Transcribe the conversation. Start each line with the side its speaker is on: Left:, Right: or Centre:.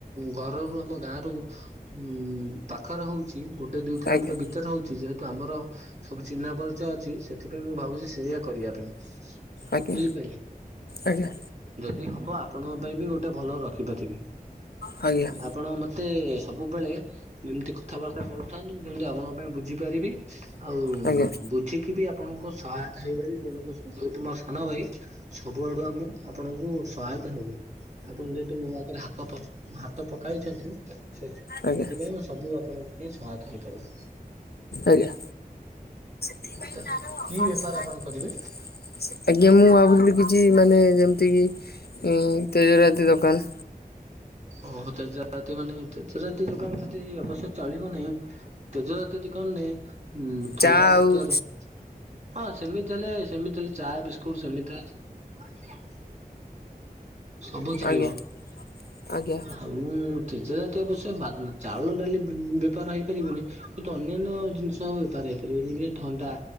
Right: ଘରରୁ ଆମ ଗାଁ ରୁ ଉଁ, ପାଖର ହଉଛି ଗୋଟେ ଦୁଇ କିଲୋମିଟର
Left: ଆଜ୍ଞା
Right: ଭିତରେ ହଉଛି ଯେହେ ତ ଆମର ସବୁ ଚିହ୍ନା ପରିଚୟ ଅଛି ସେଥିପାଇଁ ମୁଁ ଭାବୁଚି ସେଇୟା କରିବା ପାଇଁ।
Left: ଆଜ୍ଞା
Right: ବୁଝିପାଇଲେ
Left: ଆଜ୍ଞା
Right: ଯଦି ହବ ଆପଣଙ୍କ ପାଇଁ ବି ଗୋ ଟେ ଭଲ ରଖିପାରିବି।
Left: ଆଜ୍ଞା ଆଜ୍ଞା
Right: ଆପଣ ମୋତେ ବୁବେଳେ ଏମିତି କଥାବାର୍ତ୍ତା କରୁଥାନ୍ତୁ ମୁଁ ସେମତି ଆପଣଙ୍କ ପାଇଁ ବୁଝିପାରିବି। ଆଉ
Left: ଆଜ୍ଞା ଆଜ୍ଞା।
Right: ବୁଝିକି ବି ଆପଣଙ୍କ ସହାୟତା ହେଇପାରିବି ଯେହତୁ ମୋ ସାନ ଭାଇ। ସବୁଆଡୁ ଆମ ଆପଣଙ୍କୁ ସହାୟତା ହେବି। ଆପଣ ଯହେତୁ ମୋ ଆଗରେ ହାତ ପ-ହା ତ ପକାଇଛନ୍ତି ସେ
Left: ଆଜ୍ଞା
Right: ସେଥିପାଇଁ ମୁଁ ସବୁ ଆପଣଙ୍କ ପାଇଁ ସହାୟତା ହେଇପାରିବି।
Left: ଆଜ୍ଞା। ଆଜ୍ଞା,
Right: ତ କି ବେପାର ଆପଣ କରିବେ?
Left: ମୁଁ ଭାବୁଥିଲି କି କି ମାନେ ଯେମିତି କି ଅଁ, ତେଜରାତି ଦୋକାନ
Right: ଓହୋ! ତେଜରାତି ମାନେ ତେଜରାତି ଦୋକାନ ସେଠି ଅବଶ୍ୟ ଚଳିବ ନାହିଁ। ତେଜରାତି ଦୋ କନେ ଉଁ
Left: ଚା
Right: ଥଣ୍ଡା
Left: ଆଉ
Right: ଜାତୀୟର ହଁ ସେମିତି ହେଲେ ସେମିତି ହେଲେ ଚା ବିସ୍କୁଟ୍ ସେମିତି ହେଲେ ଚଳିବ। ସବୁ ଚଳିବ।
Left: ଆଜ୍ଞା ଆଜ୍ଞା
Right: ଆଉ ତେଜରା ତି ଅବଶ୍ୟ ବା-ଉଁ, ଚାଉଳ ଡାଲି ବୁ-ଉଁ, ବେପାର ହେଇପାରିବନି। କିନ୍ତୁ ଅନ୍ୟାନ୍ୟ ଜିନିଷ ବେପାର ହେଇପାରିବ ବି ଲି ଥଣ୍ଡା